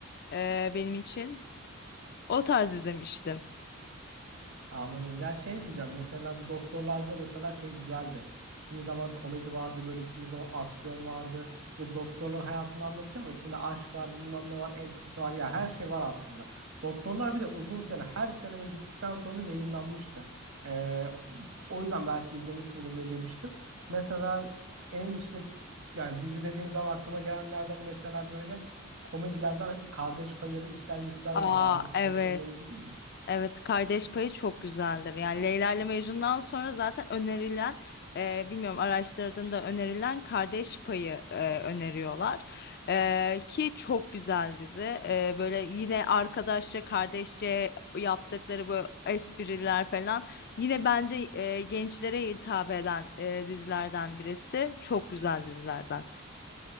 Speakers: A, on the left; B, on the right.
A: e, benim için. O tarz izlemiştim.
B: Anladım. Ya şey diyeceğim mesela bu doktorlarda da mesela şey güzeldi. Kimi zaman komedi vardı böyle kimi zaman aksiyon vardı. İşte doktorlar hayatını anlatıyor ama içinde aşk var bilmem ne var entrika var ya her şey var aslında. Doktorlar bir de uzun sene her sene böyle bittikten sonra da yayınlanmıştı. Ee, o yüzden belki izlemişsindir diye demiştim. Mesela en işte yani dizi dediğim zaman aklıma gelenlerden mesela böyle komedilerden Kardeş Payı ya da İşler Güçler
A: Aa
B: vardı Ahmet.
A: evet.
B: Onları izledin mi?
A: Evet, Kardeş Payı çok güzeldir. Yani Leyla ile Mecnun'dan sonra zaten önerilen, e, bilmiyorum araştırdığımda önerilen Kardeş Payı e, öneriyorlar. E, ki çok güzel dizi. E, böyle yine arkadaşça, kardeşçe yaptıkları böyle espriler falan. Yine bence e, gençlere hitap eden e, dizilerden birisi. Çok güzel dizilerden.